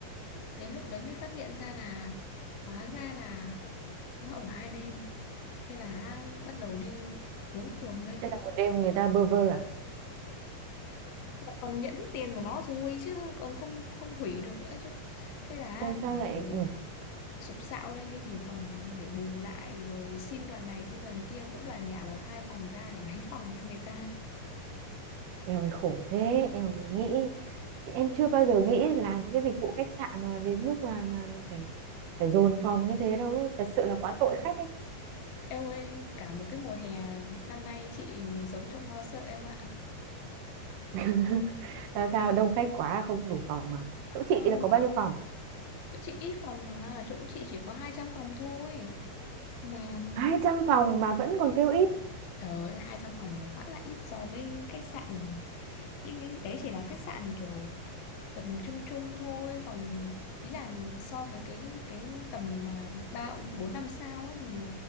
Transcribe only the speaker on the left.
đến lúc đấy mới phát hiện ra là hóa ra là nó ở hai đêm thế là bắt đầu đi cuống cuồng lên
Lại còn nhận hết tiền của nó rồi chứ còn không không hủy được nữa chứ thế là
phải
sụp sạo lên đi tìm phòng để bù lại rồi xin đoàn này xin đoàn kia mỗi đoàn nhả một hai phòng ra để <laughs> lấy phòng cho người ta
Em ơi, cả một cái mùa hè năm nay chị sống trong lo sợ em ạ.
Ờ,
chỗ chị ít phòng mà, chỗ chị chỉ có 200 phòng thôi. Mà
trời ơi, 200 phòng nó quá là ít so với khách sạn. Những cái đấy chỉ là khách sạn kiểu tầm trung trung thôi. Còn ý là so với cái cái tầm mà 3 4 5 sao ấy thì,